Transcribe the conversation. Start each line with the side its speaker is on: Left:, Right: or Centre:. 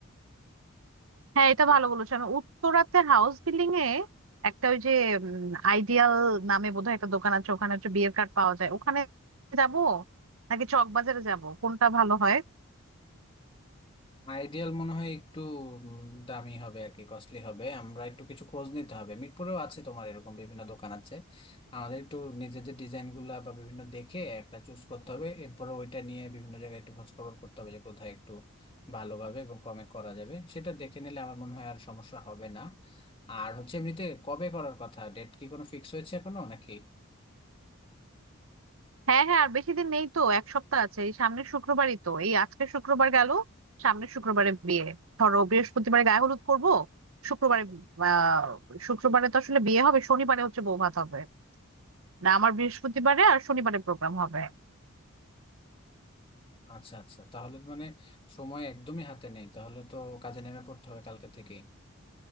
Right: হ্যাঁ এটা ভালো বলেছো আমি উত্তরাতে হাউস বিল্ডিং এ একটা ওই যে আইডিয়াল নামে বোধহয় একটা দোকান আছে ওখানে হচ্ছে বিয়ের কার্ড পাওয়া যায় ওখানে যাবো নাকি চকবাজারে যাব কোনটা ভালো হয়
Left: আইডিয়াল মনে হয় একটু উম, দামি হবে আর কি কস্টলি হবে আমরা একটু কিছু খোঁজ নিতে হবে মিরপুরেও আছে তোমার এরকম বিভিন্ন দোকান আছে আমাদের একটু নিজেদের ডিজাইন গুলা বা বিভিন্ন দেখে একটা চুজ করতে হবে এরপরে ওইটা নিয়ে বিভিন্ন জায়গায় একটু খোঁজ খবর করতে হবে যে কোথায় একটু ভালোভাবে এবং কমে করা যাবে সেটা দেখে নিলে আমার মনে হয় আর সমস্যা হবে না আর হচ্ছে এমনিতে কবে করার কথা ডেট কি কোনো ফিক্স হয়েছে এখনো নাকি
Right: হ্যাঁ হ্যাঁ আর বেশি দিন নেই তো এক সপ্তাহ আছে এই সামনের শুক্রবারই তো এই আজকে শুক্রবার গেল সামনের শুক্রবারে বিয়ে ধরো বৃহস্পতিবারে গায়ে হলুদ করব শুক্রবারে আহ শুক্রবারে তো আসলে বিয়ে হবে শনিবারে হচ্ছে বৌভাত হবে না আমার বৃহস্পতিবারে আর শনিবারে প্রোগ্রাম হবে
Left: আচ্ছা আচ্ছা তাহলে মানে সময় একদমই হাতে নেই তাহলে তো কাজে নেমে পড়তে হবে কালকে থেকেই